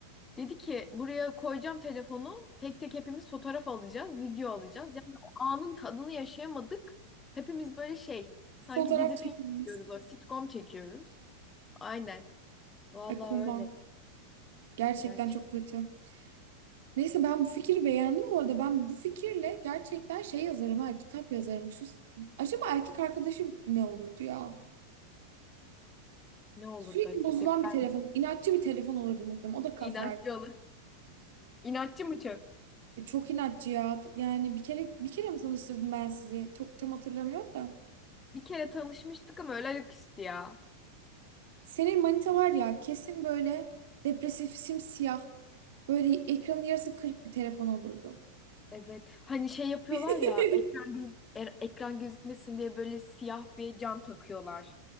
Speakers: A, on the left (about 20°); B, on the right (about 55°).
A: Dedi ki buraya koyacağım telefonu tek tek hepimiz fotoğraf alacağız, video alacağız. Yani o anın tadını yaşayamadık. Hepimiz böyle şey sanki
B: Fotoğraf
A: dizi
B: çekilmiş.
A: film çekiyoruz, o sitcom çekiyoruz. Aynen. Vallahi
B: Ay koma.
A: öyle.
B: Gerçekten
A: Gerçek
B: çok kötü. Neyse ben bu fikri beğendim bu arada. Ben bu fikirle gerçekten şey yazarım ha, kitap yazarım. Şu, acaba erkek arkadaşım ne olurdu ya?
A: ne olurdu
B: Sürekli
A: acaba?
B: bozulan bir
A: Ben
B: telefon, inatçı bir telefon olurdu muhtemelen. O da kasardı.
A: inatçı olur. İnatçı mı çok?
B: E, çok inatçı ya. Yani bir kere bir kere mi tanıştırdım ben sizi? Çok tam hatırlamıyorum da.
A: Bir kere tanışmıştık ama öyle ayaküstü ya.
B: Senin manita var ya kesin böyle depresif, simsiyah, böyle ekranın yarısı kırık bir telefon olurdu.
A: Evet. Hani şey yapıyorlar
B: <laughs>
A: ya ekran göz- er- ekran gözükmesin diye böyle siyah bir cam takıyorlar.